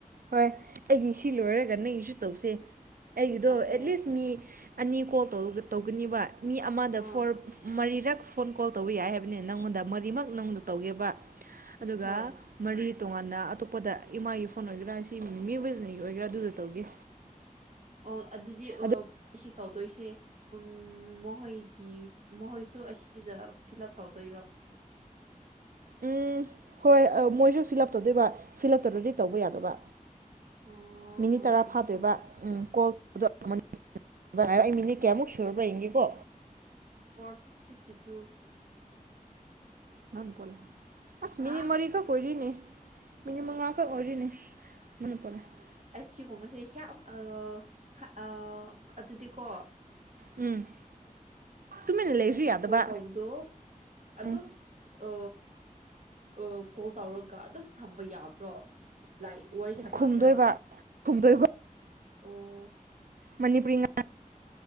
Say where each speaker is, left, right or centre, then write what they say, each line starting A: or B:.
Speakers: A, on the right; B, on the right.
A: ꯍꯣꯏ ꯑꯩꯒꯤ ꯁꯤ ꯂꯣꯏꯔꯒ ꯅꯪꯒꯤꯁꯨ ꯇꯧꯁꯦ ꯑꯩꯒꯤꯗꯣ
B: ꯑꯣꯀꯦ
A: ꯑꯦꯠꯂꯤꯁ ꯃꯤ ꯑꯅꯤ ꯀꯣꯜ ꯇꯧꯔꯒ ꯇꯧꯒꯅꯤꯕ ꯃꯤ ꯑꯃꯗ
B: ꯑꯥ
A: ꯐꯣꯔ ꯃꯔꯤ ꯔꯛ ꯐꯣꯟ ꯀꯣꯟ ꯇꯧꯕ ꯌꯥꯏ ꯍꯥꯏꯕꯅꯦ ꯅꯪꯉꯣꯟꯗ ꯃꯔꯤꯃꯛ ꯅꯉꯣꯟꯗ ꯇꯧꯒꯦꯕ ꯑꯗꯨꯒ
B: ꯍꯣꯏ
A: ꯃꯔꯤ ꯇꯣꯉꯥꯟꯅ ꯑꯇꯣꯞ ꯄꯗ ꯏꯃꯥꯒꯤ ꯐꯣꯟ ꯑꯣꯏꯒꯦꯔꯥ ꯁꯤ ꯃꯤꯋꯤꯁꯅꯤꯒꯤ ꯑꯣꯏꯒꯦꯔꯥ ꯑꯗꯨꯗ ꯇꯧꯒꯦ
B: ꯑꯣ ꯑꯗꯨꯗꯤ
A: ꯑꯗꯨ
B: ꯑꯣ ꯑꯁꯤ ꯇꯧꯗꯣꯏꯁꯦ ꯎꯝ ꯃꯍꯣꯏꯒꯤ ꯃꯍꯣꯏꯁꯨ ꯑꯁꯤꯗ ꯐꯤꯜ ꯎꯞ ꯇꯧꯗꯣꯏꯔꯣ
A: ꯎꯝ ꯍꯣꯏ ꯃꯣꯏꯁꯨ ꯐꯤꯜ ꯎꯞ ꯇꯧꯗꯣꯏꯕ ꯐꯤꯜ ꯑꯞ ꯇꯧꯗ꯭ꯔꯗꯤ ꯇꯧꯕ ꯌꯥꯗꯕ
B: ꯑꯣ
A: ꯃꯤꯅꯤꯠ
B: ꯑꯣ
A: ꯇꯔꯥ
B: ꯑꯣ
A: ꯐꯥꯗꯣꯏꯕ
B: ꯑꯣ
A: ꯎꯝ ꯀꯣꯜ <inaudible> ꯉꯥꯏꯌꯣ ꯑꯩ ꯃꯤꯅꯤꯠ ꯀꯌꯥꯃꯨꯛ ꯁꯨꯔꯕ꯭ꯔꯥ ꯌꯦꯡꯒꯦꯀꯣ
B: ꯐꯣꯔ ꯐꯤꯞꯇꯤ ꯇꯨ <inaudible>
A: <unintelligible> ꯑꯁ ꯃꯤꯅꯤꯠ
B: ꯍꯥ
A: ꯃꯔꯤꯈꯛ ꯑꯣꯏꯔꯤꯅꯦ ꯃꯤꯅꯤꯠ ꯃꯉꯥꯈꯛ ꯑꯣꯏꯔꯤꯅꯦ <unintelligible>
B: ꯑꯁꯤꯒꯨꯝꯕꯁꯦ ꯍꯌꯥꯝ ꯑ-ꯑ ꯑꯗꯨꯗꯤꯀꯣ
A: ꯎꯝ꯫ ꯇꯨꯃꯤꯟꯅ ꯂꯩꯔꯁꯨ
B: ꯑꯁꯤ
A: ꯌꯥꯗꯕ
B: ꯀꯣꯜ ꯇꯧꯕꯗꯣ ꯑꯗꯨ
A: ꯎꯝ
B: ꯑ ꯀ ꯀꯣꯜ ꯇꯧꯔꯒ ꯑꯗꯨꯝ ꯊꯝꯕ ꯌꯥꯕ꯭ꯔꯣ <unintelligible> ꯋꯥꯔꯤ ꯁꯥꯟꯅꯗ꯭ꯔꯒ
A: ꯈꯨꯝꯗꯣꯏꯕ ꯈꯨꯝꯗꯣꯏꯕ
B: ꯑꯣ
A: ꯃꯅꯤꯄꯨꯔꯤ ꯉꯥꯡ